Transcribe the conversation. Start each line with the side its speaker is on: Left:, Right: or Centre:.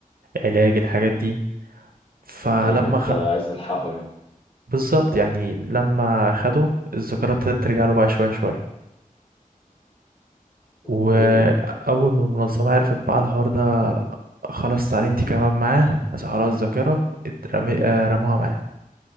Right: علاج الحاجات دي فلما
Left: هي كانت
Right: خ...
Left: عايزة تلحقه يعني
Right: بالظبط يعني لما خده الذاكره ابتدت ترجع له بقى شويه شويه
Left: اوكي
Right: واول ما المنظمه عرفت بقى الحوار ده خلاص تعالي انت كمان معاه بس خلاص الذاكره اترمي... آه، رموها معاه